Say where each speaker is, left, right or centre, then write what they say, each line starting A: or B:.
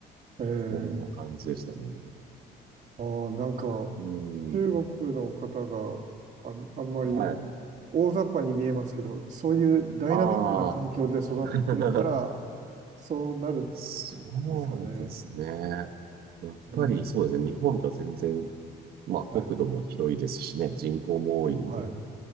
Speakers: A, on the right; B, on the right.
A: えー、
B: そんな感じでしたね。
A: ああ、なんか、
B: うん。
A: 中国の方があん、あんまり
B: はい。
A: 大雑把に見えますけど、そういうダイナミックな環境で育ってるから、
B: ああ。<laughs>
A: そうなるん
B: そうですね。
A: ですかね。
B: やっぱりそうですね。
A: うん、
B: 日本とは全然まあ、国土も広いですしね、
A: はい、
B: 人口も多いんで、
A: はい。